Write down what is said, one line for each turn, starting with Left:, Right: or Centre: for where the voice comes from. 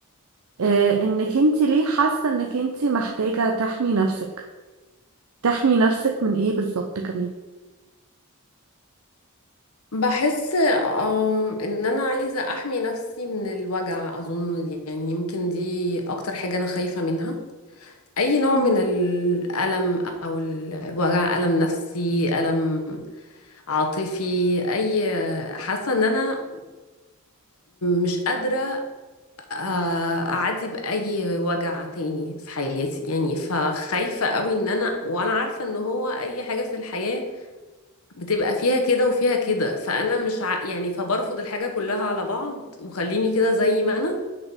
Right: آه، انك انت ليه حاسة انك انت محتاجة تحمي نفسك تحمي نفسك من ايه بالظبط كمان
Left: بحس أم إن أنا عايزة أحمي نفسي من الوجع أظن دي يعني يمكن دي أكتر حاجة أنا خايفة منها أي نوع
Right: مم.
Left: من الألم أو الوجع ألم نفسي ألم عاطفي أي حاسة إن أنا مش قادرة آه، أعدي بأي وجع تاني في حياتي يعني فخايفة قوي إن أنا وأنا عارفة إن هو أي حاجة في الحياة بتبقى فيها كده وفيها كده فأنا مش ع... يعني فبرفض الحاجة كلها على بعض وخليني كده زي ما أنا